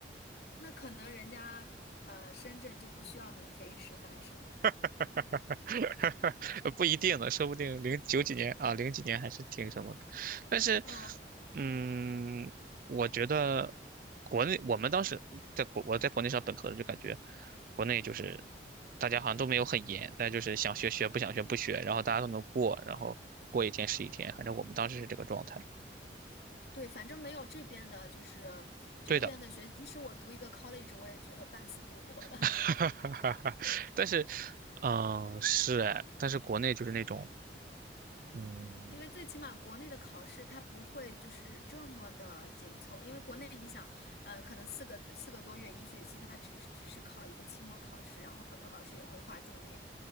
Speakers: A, on the left; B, on the right.
A: 那可能人家呃深圳就不需要免费 <laughs> 师范生。
B: <laughs> 哈哈哈哈不一定呢，说不定零九几年啊，零几年还是挺什么的。但是，
A: 嗯。
B: 嗯，我觉得国内我们当时在国我在国内上本科的时候就感觉，国内就是大家好像都没有很严，但就是想学学，不想学不学，然后大家都能过，然后过一天是一天，反正我们当时是这个状态。
A: 对，反正没有这边的，就是这边的学，
B: 对的，
A: 即使我读一个 college，我也觉得半死不活的。
B: <laughs> 但是，嗯，是哎，但是国内就是那种，嗯，
A: 因为最起码国内的考试它不会就是这么的紧凑，因为国内你想，呃，可能四个四个多月一学期，它只只是考一个期末考试，然后很多老师也会划重点，